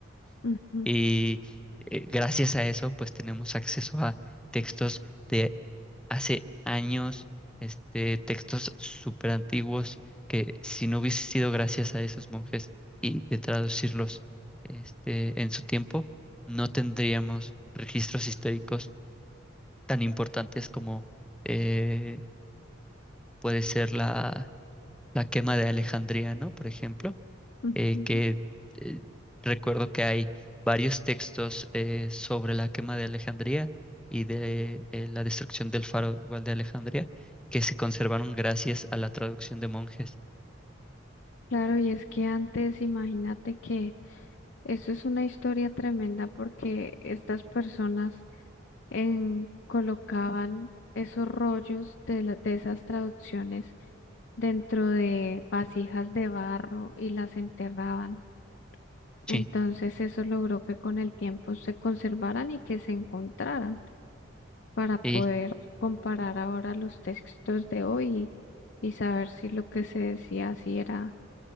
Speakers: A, on the left; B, in the centre.
A: ujú,
B: Y eh, gracias a eso, pues tenemos acceso a textos de hace años, este, textos súper antiguos, que si no hubiese sido gracias a esos monjes y de traducirlos este, en su tiempo, no tendríamos registros históricos tan importantes como eh, puede ser la, la quema de Alejandría, ¿no? Por ejemplo
A: ujú.
B: eh, que eh, recuerdo que hay varios textos eh, sobre la quema de Alejandría y de eh, la destrucción del faro igual de Alejandría, que se conservaron gracias a la traducción de monjes.
A: Claro, y es que antes, imagínate que eso es una historia tremenda porque estas personas en- colocaban esos rollos de, la- de esas traducciones dentro de vasijas de barro y las enterraban. Entonces
B: Sí,
A: eso logró que con el tiempo se conservaran y que se encontraran. para poder
B: y
A: comparar ahora los textos de hoy y, y saber si lo que se decía si era